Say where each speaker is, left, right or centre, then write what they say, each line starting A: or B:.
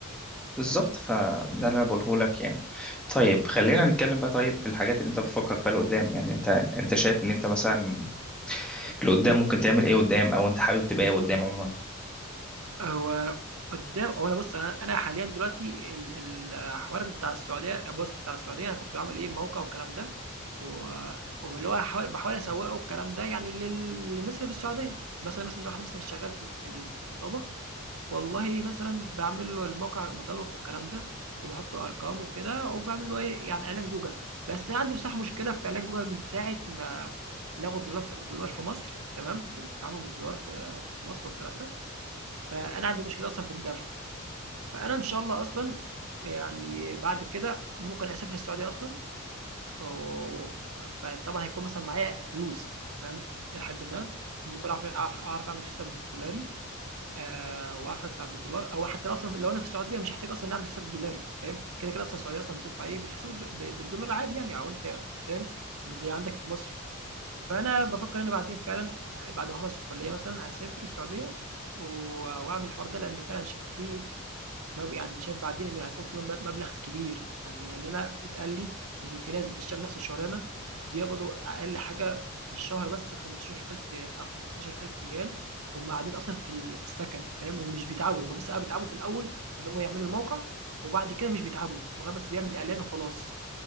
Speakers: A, in the centre; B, on the right.
A: بالظبط فده اللي انا بقوله لك يعني طيب خلينا نتكلم بقى طيب في الحاجات اللي انت بتفكر فيها لقدام يعني انت انت شايف ان انت مثلا اللي قدام ممكن تعمل ايه قدام او انت حابب تبقى ايه قدام عموما
B: هو قدّام هو أنا بُص أنا أنا حاليًا دلوقتي ال الحوار بتاع السعودية بُص بتاع السعودية أنا كنت باعمل إيه موقع والكلام ده، و واللي هو هاحاول باحاول أسوّقه والكلام ده يعني لل للناس اللي في السعودية. مثلًا مثلًا واحد مثلًا شغال في س في المطابخ والله مثلًا باعمل له الموقع مطابخ والكلام ده، وباحط أرقام وكده، وباعمل له إيه، يعني إعلان جوجل، بس أنا عندي بصراحة مشكلة في إعلان جوجل من ساعة ما لغوا الدولار في الدولار في مصر تمام، بالتعامل بالدولار في في مصر والكلام ده، فأنا عندي مشكلة أصلًا في الدفع، فأنا إن شاء الله أصلًا يعني بعد كده ممكن أسافر السعودية أصلًا، و فطبعًا هيكون مثلًا معايا فلوس تمام، إلى حدٍ ما، ممكن أعرف أعرف أعرف أعمل حساب دولاري. آآ وعارف أدفع بالدولار أو حتى لو أصلًا لو أنا في السعودية مش هاحتاج أصلًا إني أعمل حساب دولاري فاهم، كده، كده أصلًا السعودية أصلًا بتدفع إيه، بتحسب الد ب بالدولار عادي يعني أو أنت يعني فاهم، مش زي عندك في مصر، فأنا بافكّر أنا بعدين فعلًا بعد ما أخلّص الكلية مثلًا هاسافر السعودية و وأعمل الحوار ده، لإن فعلًا شايف في مب يعني شايف بعدين إن هيكون في مب مبلغ كبير، يعني لإن أنا اتقال لي إن في ناس بتشتغل نفس الشغلانة بيقبضوا أقل حاجة في الشهر بس 15,000 أو 15,000 ريال، هم قاعدين أصلًا في ال في السكن فاهم، ومش بيتعبوا، هم بس آه بيتعبوا في الأول إن هم يعملوا الموقع، وبعد كده مش بيتعبوا، مجرد بس بيعمل إعلان وخلاص،